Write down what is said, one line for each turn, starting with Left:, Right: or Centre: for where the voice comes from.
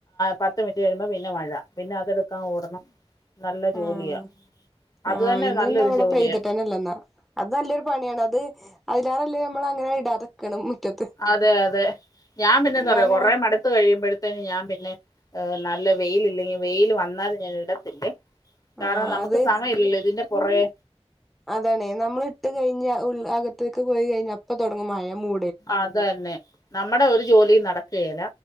Left: പത്ത് മിനിറ്റ് കഴുമ്പോ പിന്നെ മഴ പിന്നെ അതടു എടുക്കാം ഓടണം. നല്ല ജോലിയാ.
Centre: ആഹ്
Left: അത്
Centre: ആഹ്
Left: തന്നെ
Centre: ഇന്ന്ന്ന
Left: നല്ലൊരു
Centre: അവിടെ
Left: ജോലിയാ
Centre: പെയ്തിട്ടു തന്നെ ഇല്ലെന്ന അത് നല്ലൊരു പണിയാണ്. അത് അതിന ല്ല നമ്മളഅങ്ങനെ ഇടാതെ ക്കണം മുറ്റത്ത്.
Left: അതെ, അതെ ഞാ പിന്നെ എന്താ
Centre: കാരണം
Left: പറയാ കൊറെ മടത്ത് കഴിയുമ്പോഴത്തേനും ഞാൻ പിന്നെ നല്ല വെയിലില്ലെങ്കി വെയില് വന്നാലും ഞാൻ ഇടത്തില്ലേ. കാരണം
Centre: ആഹ്
Left: നമുക്ക്
Centre: അത്
Left: സമയം ഇല്ലല്ലോ ഇതിന്റെ പുറകെ
Centre: അതാണ് നമ്മൾ ഇട്ട് കഴിഞ്ഞ ഉൾ അകത്തേക്ക് പോയി കഴിഞ്ഞ അപ്പൊ തുടങ്ങും മഴ മൂ
Left: അതന്നെ നമ്മടെ ഒരു ജോലി നടക്കേല്ല.